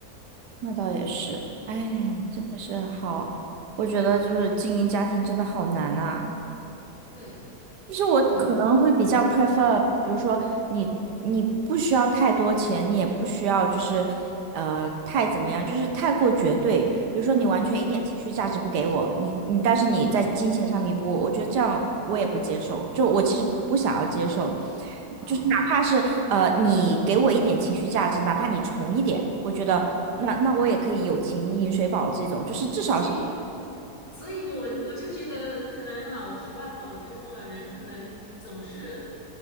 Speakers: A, on the right; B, on the left.
A: 那倒也是。哎，真的是好，我觉得就是经营家庭真的好难呐、
B: 对，
A: 就是我可能会比较
B: 哎，
A: prefer，比如说你你不需要太多钱，你也不需要就是呃太怎么样，就是太过绝对。比如说你完全一点情绪价值不给我，
B: 嗯，
A: 你你但是你在金钱上弥补我，我觉得这样我也不接受。就我其实不想要接受，
B: 哦，
A: 就是哪怕是呃你给我一点情绪价值，哪怕你穷一点，我觉得那那我也可以友情饮水饱这种，就是至少是。
B: 所以，所以我我就觉得，可能哈、我题外话我就说了，人可能总是